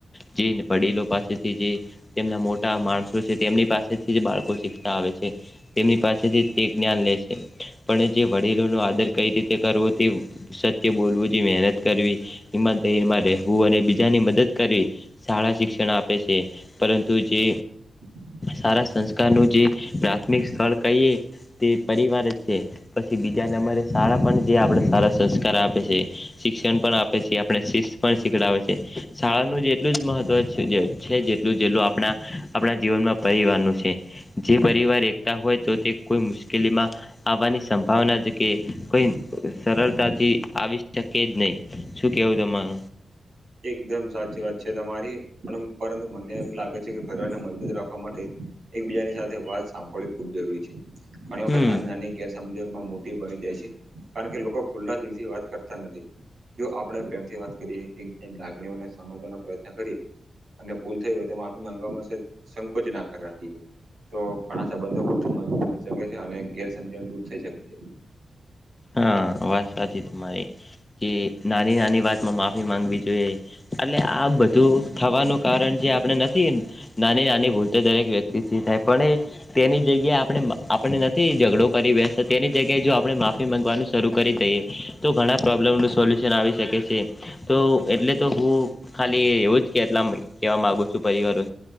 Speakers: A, on the left; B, on the right.
A: જે વડીલો પાસેથી જે તેમના મોટા માણસો છે. તેમની પાસેથી જ બાળકો શીખતા આવે છે તેમની પાસેથી તે જ્ઞાન લે છે. પણ જે વડીલો ન આદર કઈ રીતે કરવો તે. બોલવું મહેનત કરવી માં રહેવું અને બીજાની મદદ કરવી શાળા શિક્ષણ. આપે છે પરંતુ જે.
B: હમ્મ
A: સારા સંસ્કાર નું જે પ્રાથમિક સ્થળ કહીએ. તે પરિવાર જ છે પછી બીજા નંબરે શાળા પણ જે આપડે સારા સંસ્કાર આપે છે. શિક્ષણ પણ આપે છે આપણે શિસ્ત પણ શીખડે છે શાળાનું જેટલું જ મહત્વ છે જે. જે આપણા આપણા જીવનમાં. પરિવારનું છે જે પરિવાર એકતા હોય તો તે કોઈ મુશ્કેલીમાં આવવાની સંભાવના. કે કોઈ સરળતાથી આવી શકે જ નહી શું કેવું તમાર.
B: એકદમ સાચી વાત છે તમારી પણ. પરંતુ મને એમ લાગે છે કે પરિવારને મજબૂત રાખવા માટે. એકબીજાની સાથે વાત સાંભળવી ખૂબ જરૂરી છે ઘણી વખત
A: હમ
B: નાની ના ગ. સમ મોટી બની જાય છે કારણ કે લોકો ખુલ્લા દિલ થી વાત કરતા નથી જો આપણે પ્રેમથી. વાત કરી લાગણીઓને સમજવાનો પ્રયત્ન કરીએ. અને ભૂલ થઈ હોય તો માફી માંગવામાં સંકોચ નાકાર રાખીએ. તો ઘણા સંબંધો વધુ મજબૂત બની શકે છે અને ગેરસજણ દૂર થઈ શકે છે.
A: હા વાત સાચી તમારે કે નાની નાની વાત માં માફી માંગવી જોઈએ. એટલે આ બધું થવાનું કારણ જે આપણે નથી નાની નાની ભૂલ તો દરેક વ્યતિ થાય પણ તેની જગ્યા આપડે આપને નથી ઝઘડો કરી બે. એની જગ્યાએ જો આપણે મા. શરૂ કરી દઈએ તો ઘણા પ્રોબ્લેમનું સોલ્યુશન આવી શકે છે તો. એટલે તો હું ખાલી એવું જ કેટલા કેવા માંગુ છું પરિવારો